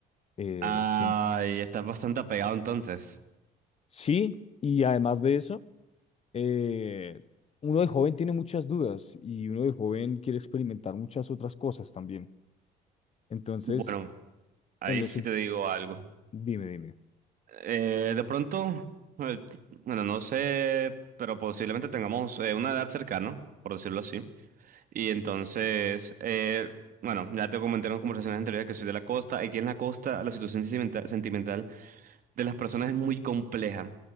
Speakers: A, on the left; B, on the right.
A: Eh,
B: Ay,
A: siem-
B: estás bastante apegado entonces.
A: sí, y además de eso, eh, uno de joven tiene muchas dudas y uno de joven quiere experimentar muchas otras cosas también. Entonces,
B: Bueno, ahí
A: en los...
B: sí
A: ul-
B: te digo algo.
A: Dime, dime.
B: Eh, de pronto, eh, t- bueno, no sé, pero posiblemente tengamos eh, una edad cercana, por decirlo así. Y entonces, eh, bueno, ya te comenté en las conversaciones anteriores que soy de la costa. Aquí en la costa la situación sentimental, de las personas es muy compleja,